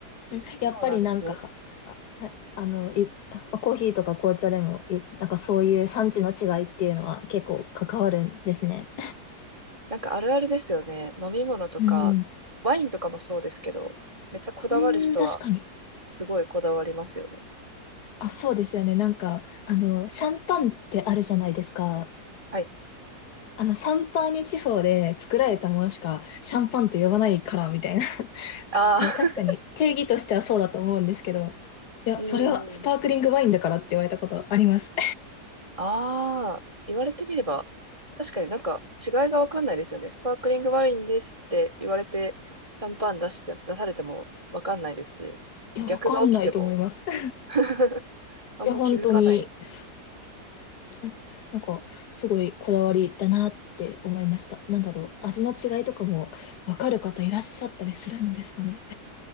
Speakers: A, on the left; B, on the right.
A: うんやっぱりなんか、
B: うなんですね。
A: あ、はあの、い、まあコーヒーとか紅茶でも、い、なんかそういう産地の違いっていうのは結構関わるんですね。
B: なんかあるあるですよね。飲み物とか、
A: うん、
B: ワインとかもそうですけど、めっちゃこだわる人は
A: うん、確かに。
B: すごいこだわりますよね。
A: あ、そうですよね。なんか、あの、シャンパンってあるじゃないですか。
B: はい。
A: あの、シャンパーニュ地方で作られたものしかシャンパンって呼ばないから、みたいな。<laughs> い
B: ああ、
A: や、
B: <laughs>
A: 確かに定義としてはそうだと思うんですけど、いや、
B: う
A: それはスパークリングワインだからって言われたことあります。
B: ん。ああ、言われてみれば、確かになんか違いがわかんないですよね。スパークリングワインですって言われて、シャンパン出して、出されてもわかんないですし、
A: <laughs> いや、
B: 逆が起きても
A: わかんないと思います。<laughs>
B: <laughs> あんま気づかない。
A: いや、本当に、す <laughs> なんか、すごいこだわりだなって思いました。なんだろう、味の違いとかもわかる方いらっしゃったりするんですかね。